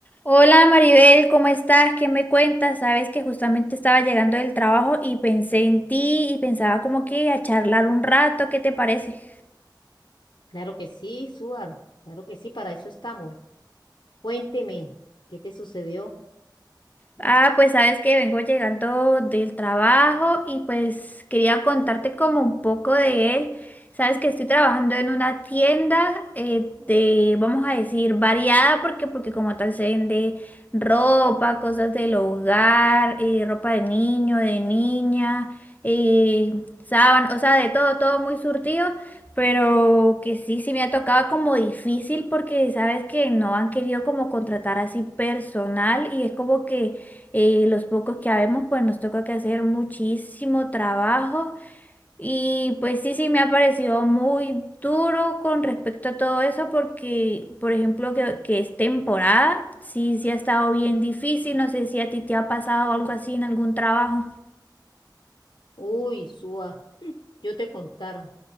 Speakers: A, on the left (about 20°); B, on the left (about 70°).
A: Hola Maribel, ¿cómo estás? ¿Qué me cuentas? Sabes que justamente estaba llegando del trabajo y pensé en ti y pensaba como que a charlar un rato, ¿qué te parece?
B: Claro que sí, Suar. Claro que sí, para eso estamos. Cuénteme, ¿qué te sucedió?
A: Ah, pues sabes que vengo llegando del trabajo y pues quería contarte como un poco de él. Sabes que estoy trabajando en una tienda eh, de, vamos a decir, variada, porque, porque como tal se vende ropa, cosas del hogar, eh, ropa de niño, de niña, eh, sábanas, o sea, de todo, todo muy surtido. Pero que sí, sí me ha tocado como difícil porque sabes que no han querido como contratar así personal y es como que eh, los pocos que habemos, pues nos toca que hacer muchísimo trabajo. Y pues sí, sí, me ha parecido muy duro con respecto a todo eso, porque, por ejemplo, que, que es temporada, sí, sí ha estado bien difícil. No sé si a ti te ha pasado algo así en algún trabajo.
B: Uy, Suar, yo te contara.